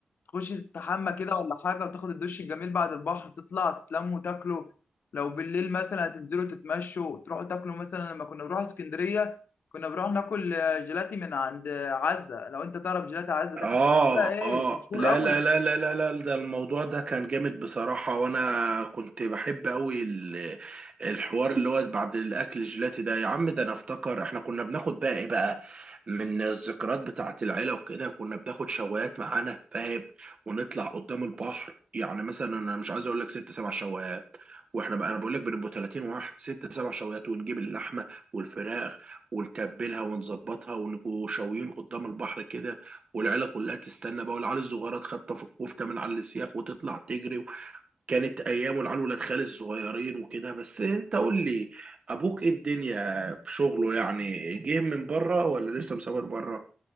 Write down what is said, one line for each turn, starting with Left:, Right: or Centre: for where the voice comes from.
Left: تخش تستحمى كده ولا حاجة وتاخد الدش الجميل بعد البحر تطلع تتلموا وتاكلوا لو بالليل مثلا هتنزلوا تتمشوا تروحوا تاكلوا مثلا لما كنا بنروح اسكندرية كنا بنروح ناكل آه، جيلاتي من عند آه، عزة لو انت تعرف جيلاتي عزة
Right: اه
Left: ده كان بقى ايه
Right: اه
Left: مشهور
Right: لا
Left: قوي
Right: لا لا لا لا لا ده الموضوع ده كان جامد بصراحة وانا كنت بحب قوي ال- الحوار اللي هو بعد الاكل الجيلاتي ده يا عم ده انا افتكر احنا كنا بناخد بقى ايه بقى من الذكريات بتاعة العيلة وكده كنا بناخد شوايات معانا فاهم ونطلع قدام البحر يعني مثلا انا مش عايز اقول لك ست سبع شوايات واحنا بقى انا بقول لك بنبقى 30 واحد ست سبع شوايات ونجيب اللحمه والفراخ ونتبلها ونظبطها ونبقوا شاويين قدام البحر كده والعيله كلها تستنى بقى والعيال الصغيره تخطف الكفته من على السياخ وتطلع تجري كانت ايام والعيال ولاد خالي الصغيرين وكده بس انت قول لي ابوك ايه الدنيا في شغله يعني جه من بره ولا لسه مسافر بره